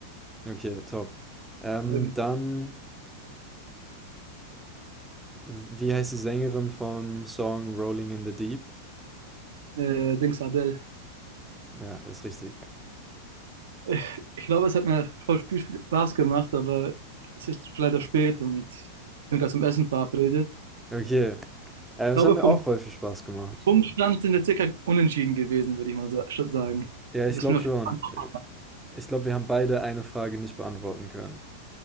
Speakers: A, in the centre; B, on the right (about 80°).
A: Okay, top. Ähm,
B: eben,
A: dann, wie heißt die Sängerin vom Song Rolling in the Deep?
B: äh, Dings Adele.
A: Ja, ist richtig.
B: Ich, ich glaube, es hat mir voll viel Spaß gemacht, aber es ist leider spät und ich bin gerade zum Essen verabredet.
A: Okay, äh,
B: Ich glaube,
A: es hat mir
B: vom
A: auch voll viel Spaß gemacht.
B: Punktstand sind wir circa unentschieden gewesen, würde ich mal sa- sagen.
A: Ja, ich
B: Bis
A: glaube
B: mir auf
A: schon.
B: jeden Fall.
A: Ich glaube, wir haben beide eine Frage nicht beantworten können.